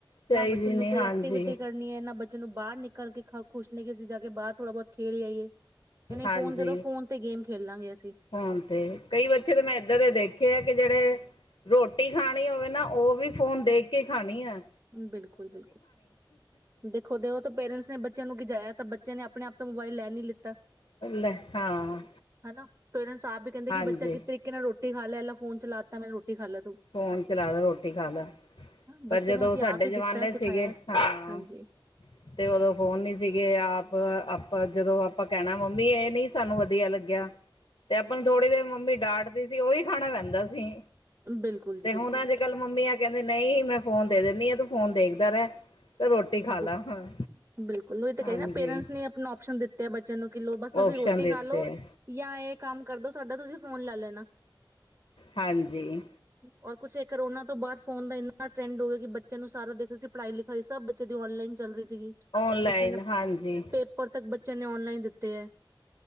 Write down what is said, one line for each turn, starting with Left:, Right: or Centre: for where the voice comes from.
Left: ਚਾਹੀਦੀ
Right: ਨਾ ਬਚਨ ਨੂੰ
Left: ਨਹੀਂ
Right: ਕੋਈ
Left: ਹਾਂਜੀ
Right: ਐਕਟੀਵਿਟੀ ਕਰਨੀ ਹੈ ਨਾ ਬ ਬੱਚੇ ਨੂੰ ਬਾਹਰ ਨਿਕਲ ਕੇ ਖੁਸ਼ ਨੇ ਅਸੀਂ ਜਾ ਕੇ ਬਾਹਰ ਥੋੜ੍ਹਾ ਬਹੁਤ ਖੇਲ ਆਈਏ ਨਹੀਂ
Left: ਹਾਂਜੀ
Right: ਫੋਨ ਦੇ ਦੋ ਫੋਨ ਤੇ ਗੇਮ ਖੇਲ ਲਾਂਗੇ ਅਸੀਂ
Left: ਹੁਣ ਤੇ ਕਈ ਬੱਚੇ ਤਾਂ ਮੈਂ ਏਦਾਂ ਦੇ ਦੇਖੇ ਆ ਕਿ ਜਿਹੜੇ ਰੋਟੀ ਖਾਣੀ ਹੋਵੇ ਨਾ ਉਹ ਵੀ ਫੋਨ ਦੇਖ ਕੇ ਖਾਣੀ ਹੈ।
Right: ਬਿਲਕੁਲ ਬਿਲਕੁਲ ਦੇਖੋ ਦਿ ਉਹ ਤੇ ਪੇਰੈਂਟਸ ਨੇ ਬੱਚਿਆਂ ਨੂੰ ਗਿਜਾਇਆ ਤਾਂ ਬੱਚਿਆਂ ਨੇ ਆਪਣੇ ਆਪ ਤੋਂ ਮੋਬਾਇਲ ਲੈ ਨੀ ਲਿੱਤਾ।
Left: <unintelligible> ਹਾਂ।
Right: ਹਨਾ ਪੇਰੈਂਟਸ ਆਪ ਕਹਿੰਦੇ
Left: ਹਾਂਜੀ
Right: ਕਿ ਬੱਚਾ ਕਿਸ ਤਰੀਕੇ ਨਾਲ ਰ ਰੋਟੀ ਖ ਫੋਨ ਚਲਾ ਤਤਾ ਮੈਂ ਰੋਟੀ ਖਾ ਤੂੰ
Left: ਫੋਨ ਚਲਾ ਲ ਰੋਟੀ ਖਾ ਲ
Right: ਬੱਚੇ
Left: ਜਦੋਂ
Right: ਨੂੰ ਅਸੀਂ
Left: ਸਾਡੇ
Right: ਆਪ ਹੀ
Left: ਜਮਾਨੇ
Right: ਦਿੱਤਾ
Left: ਸੀਗੇ
Right: ਸਿਖਾਇਆ
Left: ਹਾਂ।
Right: ਹਾਂਜੀ
Left: ਤੇ ਉਦੋਂ ਫੋਨ ਨੀ ਸੀਗੇ ਆਪ ਆਪਾਂ ਜਦੋਂ ਆਪਾਂ ਕਹਿਣਾ ਮੰਮੀ ਇਹ ਨੀ ਸਾਨੂੰ ਵਧੀਆ ਲੱਗਿਆ। ਤੇ ਆਪਾਂ ਥੋੜੀ ਦੇ ਮੰਮੀ ਡਾਟ ਸੀ ਉਹੀ ਖਾਣਾ ਪੈਂਦਾ ਸੀ।
Right: ਬਿਲਕੁਲ ਜੀ
Left: ਤੇ ਹੁਣ
Right: ਬਿਲਕੁਲ
Left: ਅੱਜ ਕੱਲ ਮੰਮੀੀਆਂ ਕਹਿੰਦੀ ਨਹੀਂ ਮੈਂ ਫੋਨ ਦੇ ਦਿੰਦੀ ਆ ਤੂੰ ਫੋਨ ਦੇਖਦਾ ਰਹਿ। ਤੇ ਰੋਟੀ ਖਾ
Right: ਬਿਲਕੁਲ
Left: ਲਾ
Right: ਬਿਲਕੁਲ ਉਹਹੀ ਤਾਂ
Left: ਹਾਂਜੀ
Right: ਕਰੀ ਨਾ ਪੇਰੈਂਟਸ ਨੇ ਆਪਣਾ ਆਪਓਪਸ਼ਨ ਦਿੱਤੇ ਬੱਚੇ ਨੂੰ ਕਿ ਲੋ ਬਸ ਤੁਸੀਂ
Left: ਓਪਸ਼ਨ
Right: ਰੋਟੀ
Left: ਦਿੱਤੇ
Right: ਖਾ ਲੋਓ
Left: ਹੈ
Right: ਜਾਂ ਇਹ ਕੰਮ ਕਰਦੋ। ਸਾਡਾ ਤੁਸੀਂ ਫੋਨ ਲੈ ਲੈਣਾ।
Left: ਹਾਂਜੀ
Right: ਔਰ ਕੁਛ ਕਰੋਨਾ ਤੋਂ ਬਾਅਦ ਫੋਨ ਦਾ ਇੰਨਾ ਟਰੈਂਡ ਹੋ ਗਿਆ ਕਿ ਬੱਚਿਆਂ ਨੂੰ ਸਾਰਾ ਦੇਖ ਸੀ ਪੜ੍ਹਾਈ ਲਿਖਾਈ ਸਭ ਜੇ ਬੱਚਿਆਂ ਨੂੰ ਜਦੀ ਔਨਲਾਈਨ ਚ ਸੀਗੀ,
Left: ਔਨਲਾਈਨ
Right: ਬੱਚਿਆਂ ਨੇ
Left: ਹਾਂਜੀ
Right: ਪੇਪਰ ਤੱਕ ਬੱਚ <unintelligible> ਬੱਚਿਆਂ ਨੇ ਔਨਲਾਈਨ ਦਿੱਤੇ ਐ।